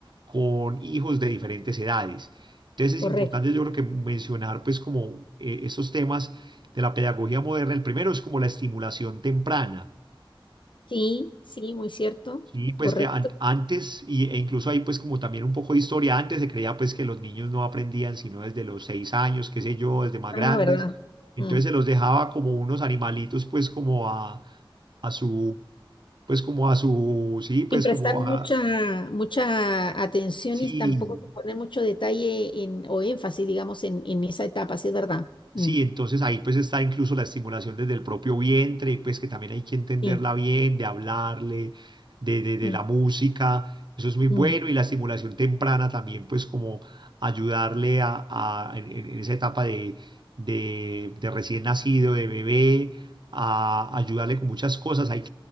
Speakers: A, on the right; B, on the left.
A: con hijos de diferentes edades. Entonces
B: correcto.
A: es importante yo creo que mencionar pues como eh, esos temas de la pedagogía moderna. El primero es como la estimulación temprana.
B: Sí, sí, muy cierto,
A: Sí, pues
B: correcto.
A: que an- antes, y, e incluso ahí pues como también un poco de historia, antes se creía pues que los niños no aprendían sino desde los seis años, qué sé yo, desde más
B: Ah,
A: grandes.
B: verdad.
A: Entonces
B: mm.
A: se los dejaba como unos animalitos pues como a, a su, pues como a su, sí, pues
B: sin prestar
A: como
B: mucha,
A: a,
B: mucha atención
A: sí,
B: y tampoco sin poner mucho detalle en, o énfasis, digamos, en, en esa etapa, sí es verdad. Mm,
A: Sí, entonces ahí pues está incluso la estimulación desde el propio vientre, pues que también hay que entenderla
B: sí,
A: bien, de hablarle, de, de, de
B: mm,
A: la música, eso es muy bueno
B: mm,
A: y la estimulación temprana también pues como ayudarle a, a- en, en- en esa etapa de, de, de recién nacido, de bebé, a ayudarle con muchas cosas. Hay,